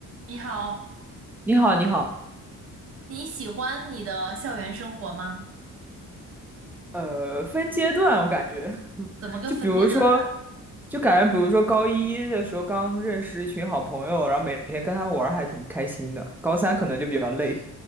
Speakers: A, on the right; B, in the centre.
A: 你好，
B: 你好，你好，
A: 你喜欢你的校园生活吗？
B: 呃，分阶段，我感觉，<laughs>
A: 怎么个分阶段法？
B: 就比如说，就感觉，比如说高一的时候刚认识一群好朋友，然后每天跟他们玩儿还挺开心的。高三可能就比较累，